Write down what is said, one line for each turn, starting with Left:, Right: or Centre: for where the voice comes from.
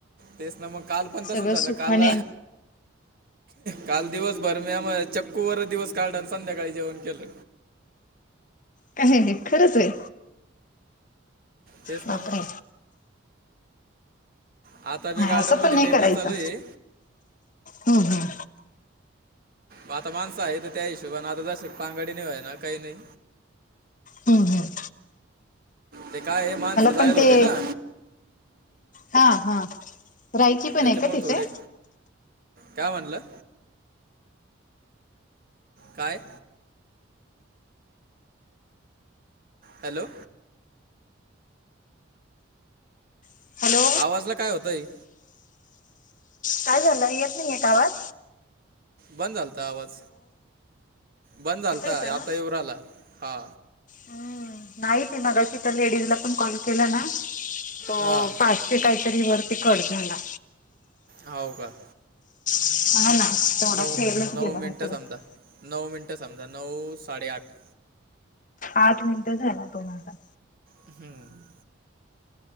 Right: तेच ना म. काल पण तस
Left: सगळं
Right: झालं.
Left: सुखाने
Right: काल, काल दिवस भर. म्या म चक्कू वर दिवस काढल. अन संध्याकाळी जेवण केलं.
Left: काय हे खरंचे.
Right: तेच
Left: बापरे
Right: ना. म. आता बी गार्डनमध्ये
Left: असं पण नाही
Right: टेपलं
Left: करायचं.
Right: चालू आहे
Left: हम्म हम्म.
Right: आता माणसं आहे त. त्या हिशोबाने आता. जरशीक पाघडी नाही होयना. काही नाही.
Left: हम्म हम्.
Right: ते काय हे मानसजयला
Left: पण
Right: होते
Left: ते
Right: ना.
Left: हा हा राहायची पण
Right: त्याच्यामुळे
Left: आहे का तिथे
Right: थोडे काय म्हनलं काय? हॅलो.
Left: हॅलो
Right: आवाज ला काय होतई.
Left: काय झालं येत नाहीये गावात
Right: बंद झालता आवाज बंद झालता
Left: येतोय ना
Right: आता येवरा आला हा.
Left: हम्म नाहीती मगशी तर लेडीज ला पण कॉल केला ना तो
Right: हा
Left: पा. काहीतरी वरती कट झाला.
Right: होव का?
Left: अ ना. तेवढा
Right: नऊ
Left: फेलच
Right: नऊ
Left: गेला नाही
Right: मिनटं
Left: तर
Right: समजा नऊ मिनटं समजा नऊ साडे आठ.
Left: आठ मिनट झाला तु माला
Right: हम्म.